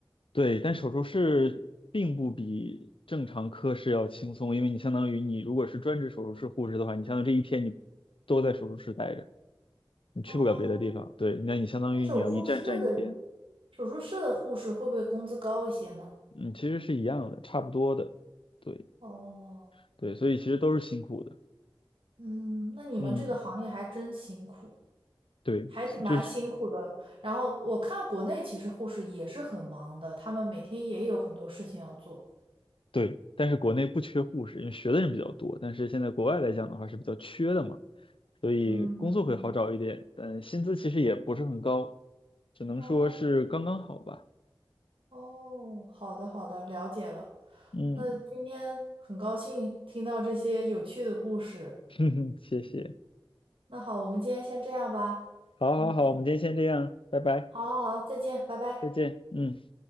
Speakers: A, on the left (about 80°); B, on the right (about 80°).
A: 对，但手术室并不比正常科室要轻松，因为你相当于你如果是专职手术室护士的话，你相当于这一天你都在手术室待着，你去不了别的地方。
B: 哦，
A: 对，那你相当于你要一站站一天，
B: 那手术室的手术室的护士会不会工资高一些呢？
A: 嗯，其实是一样的，差不多的。对
B: 哦，
A: 对，所以其实都是辛苦的。
B: 嗯，那你们这个行业还真辛苦，
A: 嗯，对，
B: 还挺蛮辛苦的。
A: 就是。
B: 然后我看国内其实护士也是很忙的，他们每天也有很多事情要做。
A: 对，但是国内不缺护士，因为学的人比较多。但是现在国外来讲的话是比较缺的嘛，所以工作会好找一点，
B: 嗯嗯嗯。
A: 但薪资其实也不是很高，只能说是刚刚好吧。
B: 哦。哦，好的好的，了解了。
A: 嗯，
B: 那今天很高兴听到这些有趣的故事。
A: <laughs> 哼哼谢谢。
B: 那好，我们今天先这样吧。
A: 好，好，
B: 嗯，
A: 好，我们今天先这样，拜拜，
B: 好好好，再见，拜拜。
A: 再见。嗯。